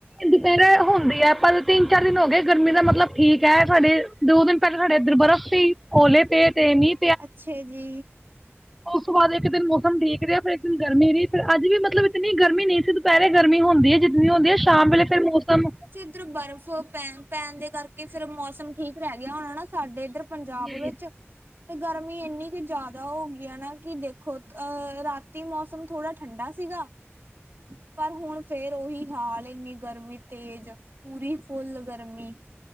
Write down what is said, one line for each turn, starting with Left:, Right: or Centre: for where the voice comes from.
Centre: ਦੁਪੈਰੇ ਹੁੰਦੀ ਐ, ਪਰ ਤਿੰਨ-ਚਾਰ ਦਿਨ ਹੋ ਗਏ, ਗਰਮੀ ਦਾ ਮਤਲਬ ਠੀਕ ਹੈ ਸਾਡੇ ਦੋ ਦਿਨ ਪੈਲਾਂ, ਸਾਡੇ ਏੱਧਰ ਬਰਫ਼ ਪੀ, ਔਲੇ ਪੇ, ਤੇ ਮੀਂਹ
Right: ਅੱਛਾ ਜੀ।
Centre: ਔਸ ਤੋਂ ਬਾਦ ਏਕ ਦੇਨ ਮੌਸਮ ਠੀਕ ਰਿਆ, ਫੇਰ ਏਕ ਦਿਨ ਗਰਮੀ ਰੀ, ਫੇਰ ਅੱਜ ਵੀ ਮਤਲਬ ਇਤਨੀ ਗਰਮੀ ਨੀ ਸੀ। ਦੁਪੈਰੇ ਗਰਮੀ ਹੁੰਦੀ ਏ, ਜਿੱਯਨੀ ਹੁੰਦੀ ਏ, ਸ਼ਾਮ ਵੇਲੇ ਫੇਰ ਮੌਸਮ
Right: ਇਧਰ ਬਰਫ਼ ਪੈ ਪੈਣ ਦੇ ਕਰਕੇ ਫਿਰ ਮੌਸਮ ਠੀਕ ਰੈ ਗਿਆ ਹੋਣਾ ਨਾ, ਸਾਡੇ ਏਧਰ ਪੰਜਾਬ
Centre: ਜੀ
Right: ਵਿੱਚ ਤੇ ਗਰਮੀ ਏਨੀ ਕੁ ਜ਼ਾਦਾ ਹੋ ਗੀ ਏ ਨਾ, ਕਿ ਦੇਖੋ ਅ ਰਾਤੀ ਮੌਸਮ ਥੋੜ੍ਹਾ ਠੰਡਾ ਸੀਗਾ, ਪਰ ਹੁਣ ਫੇਰ ਔਹੀ ਹਾਲ ਏਨੀ ਗਰਮੀ ਤੇਜ਼, ਪੂਰੀ ਫੁੱਲ ਗਰਮੀ।